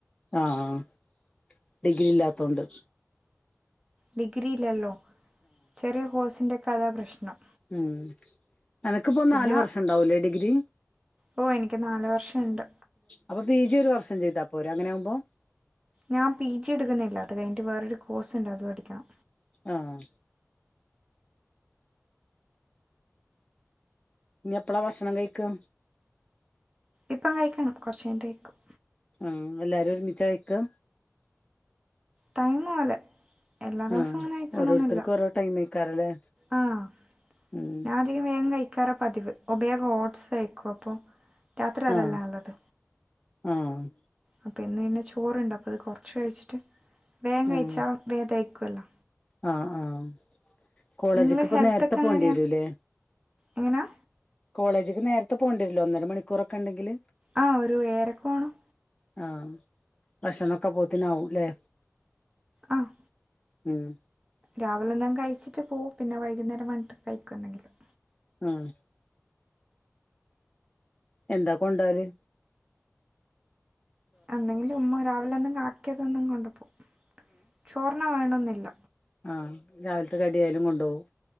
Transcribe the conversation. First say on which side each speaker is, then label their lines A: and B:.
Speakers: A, on the left; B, on the right.
A: ആഹ് ഡിഗ്രില്ലാത്തോണ്ട്
B: ഡിഗ്രീ ലെല്ലോ ചെറിയ കോഴ്സിന്റെക് കതാ പ്രശ്നം
A: മ് അനക്ക്പ്പൊ
B: പിന്നെ
A: നാല് വർഷണ്ടാവൂല്ലേ ഡിഗ്രി
B: ഓ എനിക്ക് നാല് വർഷണ്ട്.
A: അപ്പ പി. ജി ഒരു വർഷം ചെയ്താ പോരെ അങ്ങനാവുമ്പോ?
B: ഞാം പി. ജി എട്ക്ക്ന്നില്ല. അത് കഴിഞ്ഞിട്ട് വേറൊര് കോഴ്സ്ണ്ട് അത് പഠിക്കണം.
A: ആഹ് ഞ്ഞിപ്പളാ ഭക്ഷണം കയിക്കാ
B: ഇപ്പം കഴിക്കണം. കൊറച്ചയ്ഞ്ഞിട്ട് കഴിക്കും.
A: ആഹ് എല്ലാരും ഒര്മിച്ചാ കയിക്കാ?
B: ടൈമോലെ എല്ലാ ദെവസോം
A: ആഹ്
B: അങ്ങനെ കയിക്കണന്നില്ല.
A: ഓരോരുത്തർക്കും ഓരോ ടൈമേക്കാരല്ലേ
B: ആഹ്
A: ഉം
B: ഞാൻ അധികം വേഗം കയിക്കാറ പതിവ്. ഒബേഗ ഓട്ട്സ് കയിക്കുവോ അപ്പൊ രാത്രി അതല്ലേ
A: ആഹ്
B: നല്ലത്
A: ആഹ്
B: അപ്പം ഇന്ന് പിന്നെ ചോറുണ്ട് അപ്പം ഇത് കൊറച്ച് കഴിച്ചിട്ട് വേഗം കയിച്ചാ
A: ആഹ്
B: വേഗം തൈ ക്കാലൊ
A: ആഹ് ആഹ് കോളേജിക്ക്
B: നിങ്ങൾ
A: ഇപ്പൊ
B: ഹെൽത്തൊക്കെ
A: നേരത്തെ പോവണ്ടി
B: എങ്ങനെയാ
A: വരുമല്ലേ
B: എങ്ങനെയാ
A: കോളേജിക്ക് നേരത്തെ പോവണ്ടിവരൂല്ലേ ഒന്നര മണിക്കൂറൊക്കെ ഉണ്ടെങ്കില്
B: ആ ഒരു ഏഴരക്ക് പോകണം
A: ആഹ് ഭക്ഷണവൊക്കെ പുറത്തൂന്ന് ആവും അല്ലേ
B: ആഹ്
A: ഉം
B: രാവിലെ എന്തെങ്കിലും കയിച്ചിട്ട് പോവും പിന്നെ വൈകുന്നേരം വന്നിട്ട് കയിക്കും എന്തെങ്കിലും.
A: ആഹ് എന്താ കൊണ്ട് പോവല്
B: എന്തങ്കിലും ഉമ്മ രാവിലെ എന്തെങ്കിലും ആക്കിയാ അതെന്നും കൊണ്ട് പോവും ചോറെന്നെ വേണോ ന്നില്ല
A: ആ രാവിലത്തെ കടിയായാലും കൊണ്ട് പോവും